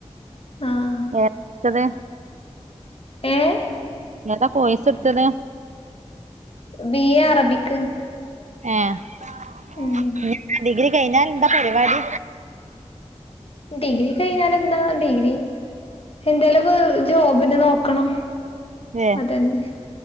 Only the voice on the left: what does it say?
ആഹ്
ഏഹ്
ബി എ അറബിക്ക്
ഉം
ഡിഗ്രി കയിഞ്ഞാലന്താ ഡിഗ്രി എന്തേലൊക്കെ ജോബിന് നോക്കണം
അതന്നെ